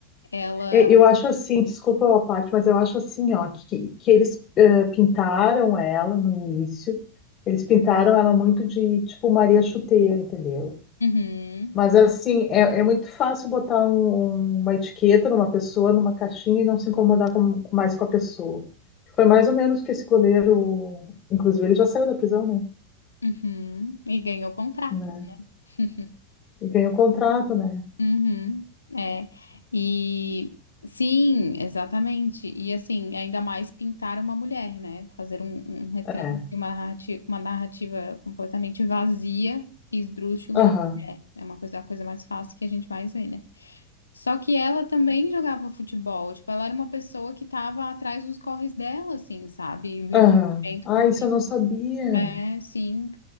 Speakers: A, on the left; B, on the left.
A: ela.
B: É, Eu acho assim, desculpa a parte, mas eu acho assim, ó, que, que eles eh, pintaram ela no início, eles pintaram ela muito de tipo Maria Chuteira, entendeu?
A: Uhum,
B: Mas assim, é, é muito fácil botar um- um, uma etiqueta numa pessoa, numa caixinha e não se incomodar com- com- mais com a pessoa. Foi mais ou menos que esse goleiro, inclusive ele já saiu da prisão,
A: uhum, e ganhou contratos,
B: né? Né?
A: né? <laughs>
B: E ganhou contrato, né?
A: Uhum, é. E sim, exatamente. E assim, ainda mais pintar uma mulher, né? Fazer um, um retrato,
B: É.
A: uma narrativa, uma narrativa completamente vazia e esdrúxula
B: Aham.
A: de uma mulher. É uma coisa, a coisa mais fácil que a gente mais vê, né? Só que ela também jogava futebol. Tipo, ela era uma pessoa que tava atrás dos corres dela, assim, sabe? O
B: Aham.
A: envolvimento
B: Ah,
A: com.
B: isso eu não sabia.
A: É, sim.